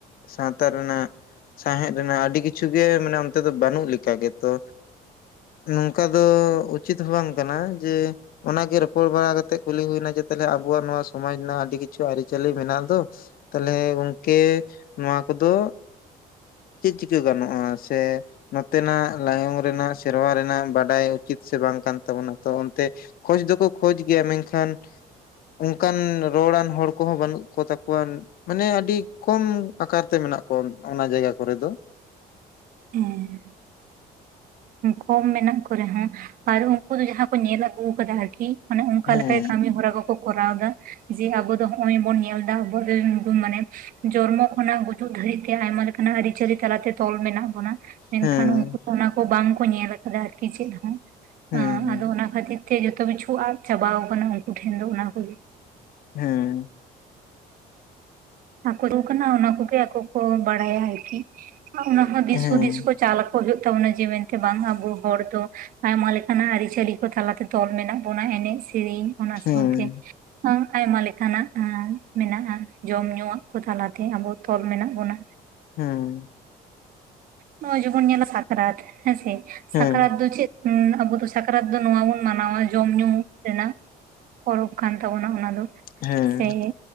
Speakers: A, on the left; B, on the right.
A: ᱥᱟᱶᱛᱟ ᱨᱮᱱᱟᱜ ᱥᱟᱦᱮᱫ ᱨᱮᱱᱟᱜ ᱟᱹᱰᱤ ᱠᱤᱪᱷᱩ ᱜᱮ ᱢᱟᱱᱮ ᱚᱱᱛᱮ ᱫᱚ ᱵᱟᱹᱱᱩᱜ ᱞᱮᱠᱟ ᱜᱮᱛᱚ᱾ ᱱᱚᱝᱠᱟ ᱫᱚ ᱩᱪᱤᱛ ᱦᱚᱸ ᱵᱟᱝ ᱠᱟᱱᱟ ᱡᱮ ᱚᱱᱟᱜᱮ ᱨᱚᱯᱚᱲ ᱵᱟᱲᱟ ᱠᱟᱛᱮᱜ ᱠᱩᱞᱤ ᱦᱩᱭᱱᱟ ᱡᱮ ᱛᱟᱦᱞᱮ ᱟᱵᱚᱣᱟᱜ ᱱᱚᱣᱟ ᱥᱚᱢᱟᱡ ᱨᱮᱱᱟᱜ ᱟᱹᱰᱤ ᱠᱤᱪᱷᱩ ᱟᱹᱨᱤᱪᱟᱹᱞᱤ ᱢᱮᱱᱟᱜ ᱫᱚ, ᱛᱟᱦᱚᱞᱮ ᱜᱚᱝᱠᱮ ᱱᱚᱣᱟ ᱠᱚᱫᱚ ᱪᱮᱫ ᱪᱤᱠᱟᱹ ᱜᱟᱱᱚᱜᱼᱟ ᱥᱮ ᱱᱚᱛᱮᱱᱟᱜ ᱞᱟᱭᱚᱝ ᱨᱮᱱᱟᱜ ᱥᱮᱨᱣᱟ ᱨᱮ ᱱᱟᱜ ᱵᱟᱰᱟᱭ ᱩᱪᱤᱛ ᱥᱮ ᱵᱟᱝ ᱠᱟᱱ ᱛᱟᱵᱚᱱᱟ ᱛᱚ ᱚᱱᱛᱮ ᱠᱷᱚᱡᱽ ᱫᱚᱠᱚ ᱠᱷᱚᱡᱽ ᱜᱮᱭᱟ ᱢᱮᱱᱠᱷᱟᱱ ᱚᱱᱠᱟᱱ ᱨᱚᱲᱟᱱ ᱦᱚᱲ ᱠᱚᱦᱚᱸ ᱵᱟᱹᱱᱩᱜ ᱠᱚ ᱛᱟᱠᱚᱣᱟᱱ᱾ ᱢᱟᱱᱮ ᱟᱹᱰᱤ ᱠᱚᱢ ᱟᱠᱟᱨ ᱛᱮ ᱢᱮᱱᱟᱜ ᱠᱚᱣᱟ ᱚᱱᱟ ᱡᱟᱭᱜᱟ ᱠᱚᱨᱮ ᱫᱚ᱾
B: ᱦᱮᱸ ᱠᱚᱢ ᱢᱮᱱᱟᱜ ᱠᱚ ᱨᱮᱦᱚᱸ ᱟᱨ ᱩᱱᱠᱩ ᱫᱚ ᱡᱟᱦᱟᱸ ᱠᱚ ᱧᱮᱞ ᱟᱹᱜᱩᱣ ᱠᱟᱫᱟ ᱟᱨᱠᱤ ᱢᱟᱱᱮ ᱚᱱᱠᱟ
A: ᱦᱮᱸ
B: ᱞᱮᱠᱟᱭ ᱠᱟᱹᱢᱤ ᱦᱚᱨᱟ ᱠᱚ ᱠᱚ ᱠᱚᱨᱟᱣ ᱮᱫᱟ ᱡᱮ ᱟᱵᱚ ᱫᱚ ᱦᱚᱜ ᱚᱭ ᱵᱚᱱ ᱧᱮᱞ ᱫᱟ ᱟᱵᱚ <unintelligible> ᱢᱟᱱᱮ ᱡᱚᱱᱢᱚ ᱠᱷᱚᱱᱟᱜ ᱜᱩᱡᱩᱜ ᱫᱷᱟᱹᱨᱤᱡᱛᱮ ᱟᱭᱢᱟ ᱞᱮᱠᱟᱱᱟᱜ ᱟᱹᱨᱤᱪᱟᱹᱞᱤ ᱛᱟᱞᱟᱛᱮ ᱛᱚᱞ ᱢᱮᱱᱟᱜ ᱵᱚᱱᱟ ᱢᱮᱱᱠᱷᱟᱱ
A: ᱦᱮᱸ
B: ᱩᱱᱠᱩ ᱠᱚ ᱚᱱᱟ ᱠᱚ ᱵᱟᱝ ᱠᱚ ᱧᱮᱞ ᱠᱟᱫᱟ ᱟᱨᱠᱤ ᱪᱮᱫ ᱦᱚᱸ
A: ᱦᱮᱸ
B: ᱟᱫᱚ ᱚᱱᱟ ᱠᱷᱟᱹᱛᱤᱨ ᱛᱮ ᱡᱚᱛᱚ ᱠᱤᱪᱷᱩ ᱟᱫ ᱪᱟᱵᱟᱣ ᱠᱟᱱᱟ ᱩᱱᱠᱩ ᱴᱷᱮᱱ ᱫᱚ ᱚᱱᱟ ᱠᱚᱜᱤ
A: ᱦᱮᱸ
B: ᱟᱠᱚ ᱨᱩ ᱠᱟᱱᱟ ᱚᱱᱟ ᱠᱚᱜᱮ ᱟᱠᱚ ᱠᱚ ᱵᱟᱲᱟᱭᱟ ᱟᱨᱠᱤ᱾ ᱟ ᱚᱱᱟᱦᱚ ᱫᱤᱥᱦᱩᱫᱤᱥ
A: ᱦᱮᱸ ᱦᱮᱸ
B: ᱠᱚ ᱪᱟᱞ ᱟᱠᱚ ᱦᱩᱭᱩᱜ ᱛᱟᱵᱚᱱᱟ ᱡᱮ ᱢᱮᱱᱛᱮ ᱵᱟᱝ ᱟᱵᱚ ᱦᱚᱲ ᱫᱚ ᱟᱭᱢᱟ ᱞᱮᱠᱟᱱᱟᱜ ᱟᱹᱨᱤᱪᱟᱹᱞᱤ ᱠᱚ ᱛᱟᱞᱟᱛᱮ ᱛᱚᱞ ᱢᱮᱱᱟᱜ ᱵᱚᱱᱟ ᱮᱱᱮᱡ, ᱥᱮᱨᱮᱧ ᱚᱱᱟ
A: ᱦᱮᱸ
B: ᱥᱟᱶᱛᱮ ᱟ ᱟᱭᱢᱟ ᱞᱮᱠᱟᱱᱟᱜ ᱢᱮᱱᱟᱜᱼᱟ ᱡᱚᱢ ᱧᱩ᱾ ᱱᱚᱣᱟᱜ ᱠᱚ ᱛᱟᱞᱟᱛᱮ ᱟᱵᱚ ᱛᱚᱞ ᱢᱮᱱᱟᱜ ᱵᱚᱱᱟ᱾
A: ᱦᱮᱸ᱾
B: ᱱᱚᱜ-ᱚᱭ ᱡᱮᱵᱚᱱ ᱧᱮᱞᱟ ᱥᱟᱠᱨᱟᱛ ᱦᱮᱸᱥᱮ᱾
A: ᱦᱮᱸ
B: ᱥᱟᱠᱨᱟᱛ ᱫᱚ ᱪᱮᱫ ᱦᱩᱸ ᱱᱟᱜ ᱟᱵᱩ ᱫᱚ ᱥᱟᱠᱨᱟᱛ ᱫᱚ ᱱᱚᱣᱟ ᱵᱩᱱ ᱢᱟᱱᱟᱣᱟ ᱡᱚᱢ ᱧᱩ ᱨᱮᱱᱟᱜ ᱯᱚᱨᱚᱵ ᱠᱟᱱ ᱛᱟᱵᱚᱱᱟ ᱚᱱᱟ ᱫᱚ
A: ᱦᱮᱸ
B: ᱥᱮ ᱮ